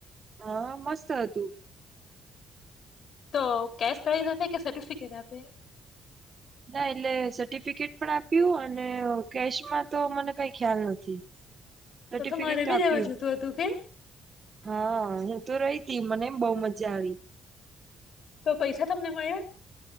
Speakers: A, on the right; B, on the left.
A: હા, મસ્ત હતું
B: તો કેશ પ્રાઇઝ આપે કે સર્ટિફિકેટ આપે
A: ના એટલે સર્ટિફિકેટ પણ આપ્યું અને કેશમાં તો મને કઈ ખ્યાલ નથી સર્ટિફિકેટ
B: તો તો મારે બી
A: આપ્યું
B: રેવા જોતું હતું કે
A: હા હું તો રહી તી મને બહુ મજા આવી
B: તો પૈસા તમને મળ્યા